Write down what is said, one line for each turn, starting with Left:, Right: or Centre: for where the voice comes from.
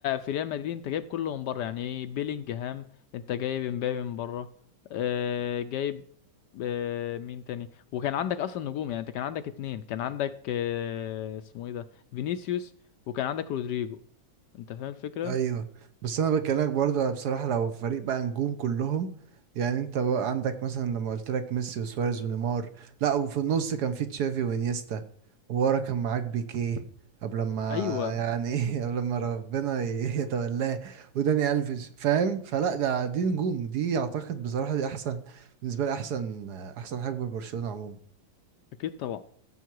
Left: في ريال مدريد انت جايب كله من بره يعني ايه بيلينجهام انت جايب امبابي من بره اه جايب اه مين تاني وكان عندك اصلا نجوم يعني انت كان عندك اتنين كان عندك اه اسمه ايه ده فينيسيوس وكان عندك رودريجو انت فاهم الفكرة
Right: ايوه بس انا بكلمك برضه بصراحه لو فريق بقى نجوم كلهم يعني انت بقى عندك مثلا لما قلت لك ميسي وسواريز ونيمار لا وفي النص كان في تشافي وانيستا وورا كان معاك بيكيه قبل ما
Left: ايوه
Right: يعني <laughs> ايه قبل ما ربنا ي- يتولاه وداني الفيش فاهم فلا ده دي نجوم دي اعتقد بصراحه دي احسن بالنسبه لي احسن احسن حاجه برشلونه عموما
Left: اكيد طبعا